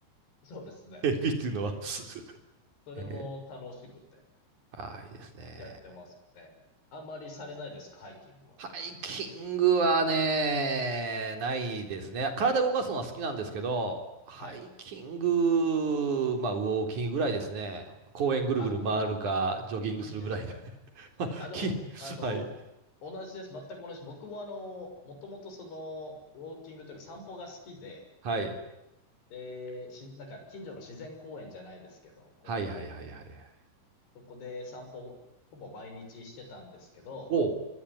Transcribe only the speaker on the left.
<laughs> そうですね。
あの
それも楽しくて
やってますね。あんまりされないですか、ハイキングは。
はい。
あ、い
い、いいですね。
あ、でも、
あの、
同じです。全く同じ。僕もあの、もともとその、ウォーキングというか散歩が好きで、
で、し、なんか近所の自然公園じゃないですけど、こ
う、そこで散歩、ほぼ毎日してたんですけど、